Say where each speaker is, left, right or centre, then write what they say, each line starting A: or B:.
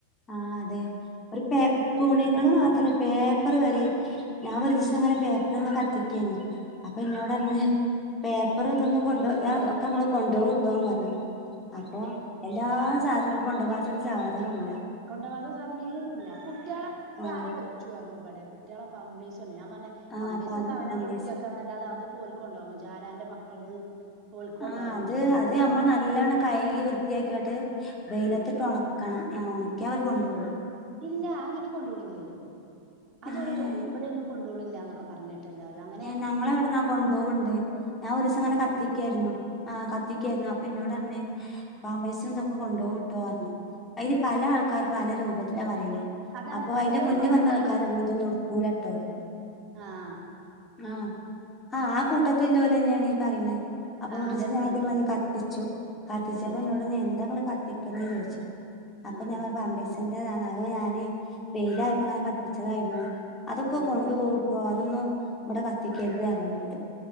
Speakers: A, on the left; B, on the right.
A: ആ അതെ ഒരു പേപ് തുണികള്
B: കൊണ്ടു
A: മാത്രം. പേപ്പർ വെരെ ഞാൻ ഒരു ദിവസം ഇങ്ങനെ പേപ്പറിങ്ങനെ കത്തിക്കേനി- അപ്പെനോടർന്
B: ഉം
A: പേപ്പറ് ഇതൊന്നും കൊണ്ടോകാ ഒക്ക്ങ്ങള് കൊണ്ടോവുട്ടോന്ന് പർഞ്. അപ്പൊ
B: ആഹ്
A: എല്ലാ സാധനോം കൊണ്ടോവാത്ത ഒരു സാധനോം ഇല്ല.
B: കൊണ്ടോവാത്ത സാധനം ഏതുല്ല കുട്ട്യേളെ ഇപ്പ
A: ആഹ്
B: ആരോ വെച്ചു പറഞ്ഞു ഇപടെ കുട്ട്യേളെ പമ്പേസ് പറഞ്ഞെ ഞാ പറഞ്ഞെ.
A: ആഹ്
B: പമ്പേഴ്സൊക്കെ
A: പം
B: അവനാ
A: പമ്പേഴ്സ്
B: വൃത്തിയാക്കാന്നല്ലാതെ അത് ഇപ്പോൽക്കൊണ്ടാവും ജാരാന്റെ മക്കൾത്. ഓൽക്ക് കൊണ്ടോവാൻ
A: ആഹ അത്
B: പറ്റൂലല്ലോ
A: അത്
B: ഇപ്പേതായാലും
A: ഞ്ഞമ്മ ന്നല്ലണം കൈകി വൃത്തിയാക്കിയാട്ട് വെയ്ലത്തിട്ട്
B: ആഹ്
A: ഒണക്- ക്കണം ന്ന ഒണക്ക്യാ അവര് കൊണ്ടു പോവും.
B: ഇല്ല അങ്ങനെയും കൊണ്ടോണില്ലല്ലോ. അതൊര്
A: ഏഹ്
B: കൊണ്ടോണ് ഇബടൊന്നും കൊണ്ടോണില്ലാ ന്നൊക്ക പറഞ്- എല്ലാരും അങ്ങ-
A: ഏ ഞങ്ങളെവിടന്നാ കൊണ്ടോവ്ണ്ട് ഞാ ഒരീസം ഇങ്ങനെ
B: തന്നെ
A: കത്തിക്കായ്ര്ന്നു. ആഹ കത്തിക്കായിരുന്നു അപ്പിനോടർന്. പാമ്പേഴ്സും ഇതൊക്കെ കൊണ്ടോവുട്ടോ പർഞ് അയ്ന് പല ആൾ- ക്കാര് പല രൂപത്തില പറയ്ണ്
B: അതാണ്
A: അപ്പൊ
B: ഇപ്പൊ
A: അയ്ന്റെ
B: ഒരു
A: മുന്
B: വർക്ക്
A: വന്ന ആൾക്കാരർഞ് ഇതൊന്നും ഉടുക്കൂലട്ടോ പറ-
B: ആഹ
A: ആഹ ആഹ് ആ കൂട്ടത്തില്ലോലെനെണ് ഈ പറയ്ണ് അപ്പൊരീസം
B: ആഹ് അതന്നേണ്
A: ഞാ ഇതേ മാതിരി കത്തി- കത്തിച്ചു കത്തിച്ചപ്പോ
B: ആഹ്
A: എന്നോടർഞ് എന്താ ഇങ്ങള് കത്തിക്കണേ ചോയ്ച്ചു അപ്പൊ
B: ആഹ്
A: ഞാ പറഞ് പാമ്പേഴ്സ്. ഇന്റെതാണ് അത് ഞാന് വെയ്ലായപ്പോ ഇങ്ങനെ കത്തിച്ചതായ്രുന്നു അതൊക്കെ
B: ആഹ്
A: കൊണ്ടുപോവു- ഓ അതൊന്നും ഇവടെ കത്തിക്കരുത് പറഞ് ഇനോട്